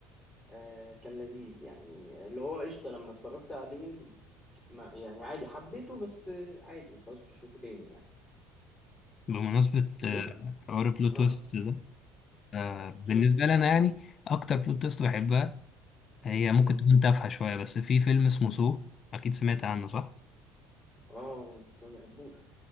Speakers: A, in the centre; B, on the left.
A: آه كان لذيذ يعني اللي هو قشطة لما اتفرجت عليه ما يعني عادي حبيته بس آه، عادي خلاص مش هشوفه تاني يعني
B: بمناسبه
A: ليه؟
B: آه، حوار البلوت
A: اه
B: تويست ده آه، بالنسبه
A: قول لي.
B: لي انا يعني اكتر بلوت تويست بحبها هي ممكن
A: مم.
B: تكون تافهه شويه بس في فيلم اسمه سو اكيد سمعت عنه صح
A: اه بس ما بحبوش